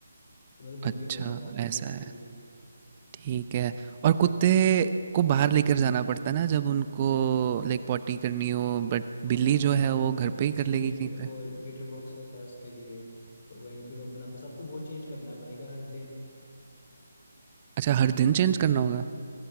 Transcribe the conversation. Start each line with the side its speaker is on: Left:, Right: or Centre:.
Left: तो मैं तो बिल्ली
Right: अच्छा
Left: बोलूंगा आपके
Right: ऐसा
Left: केस
Right: है
Left: के लिए
Right: ठीक है और कुत्ते को बाहर लेकर जाना पड़ता है ना जब उनको लाइक पॉटी करनी हो बट
Left: हाँ
Right: बिल्ली जो है वो घर पे ही कर
Left: उसके
Right: लेगी
Left: लिए
Right: कहीं पे
Left: वो लेटर बॉक्स होता है उसके लिए तो वहीं पे वो अपना बस आपको वो चेंज करना पड़ेगा हर दिन
Right: अच्छा हर दिन चेंज करना होगा